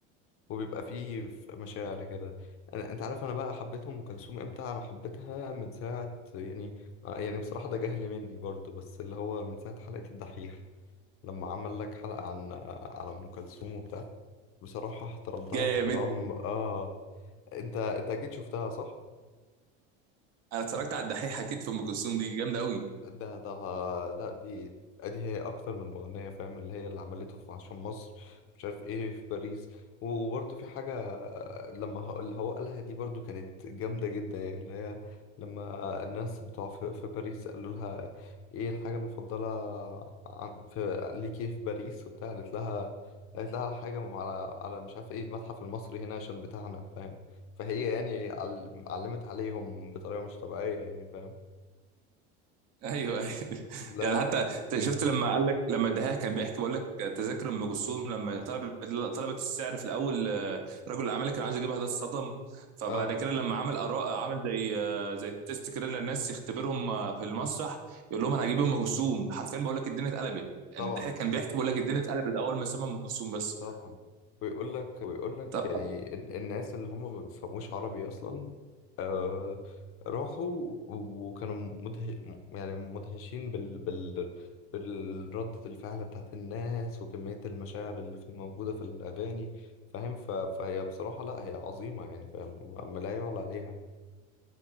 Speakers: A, on the left; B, on the right.
A: وبيبقى فيه ف- مشاعر كده انا انت عارف انا بقى حبيت ام كلثوم امتى انا حبيتها من ساعه يعني آه، يعني بصراحه ده جهل مني برضو بس اللي هو من ساعه حلقه الدحيح لما عمل لك حلقه عن آه، على ام كلثوم وبتاع بصراحه احترمتها
B: جامد
A: احترام اه انت انت اكيد شفتها صح
B: انا اتفرجت على الدحيح اكيد في ام كلثوم دي جامده قوي
A: ده ده لا دي ادي هي اكتر من مغنية فاهم اللي هي اللي عملته في عشان مصر مش عارف ايه في باريس وبرده في حاجة لما هو- اللي هو قالها دي برضو كانت جامدة جدا يعني اللي هي لما الناس بتوع في, في باريس قالوا لها ايه الحاجة المفضلة عن- في ليكي في باريس وبتاع قالت لها قالت لها حاجة على على مش عارف ايه المتحف المصري هنا عشان بتاعنا فاهم فهي يعني عل- علمت عليهم بطريقة مش طبيعية يعني فاهم
B: ايوه ايوه <laughs>
A: لا
B: يعني حتى
A: لا
B: انت شفت لما قال لك لما الدحيح كان بيحكي بيقول لك تذاكر ام كلثوم لما طلبت طلبت السعر في الاول آه، رجل الاعمال اللي كان عايز يجيبها ده اتصدم فبعد
A: اه
B: كده لما عمل اراء عمل زي آه، زي تيست كده للناس يختبرهم آه، في المسرح يقول لهم انا هجيب ام كلثوم حرفيا بقول لك الدنيا اتقلبت يعني
A: طبعا
B: الدحيح كان بيحكي بيقول لك الدنيا اتقلبت اول ما سمع ام كلثوم بس
A: طبعا ويقول لك ويقول لك
B: طب
A: يعني ال- الناس اللي هم ما بيفهموش عربي اصلا آه راحوا وكانوا مده... يعني مدهشين بال... بال... بالردة الفعل بتاعت الناس وكمية المشاعر اللي في موجودة في الأغاني فاهم ف... فهي بصراحة لا هي عظيمة يعني فاهم ما لا يعلى عليها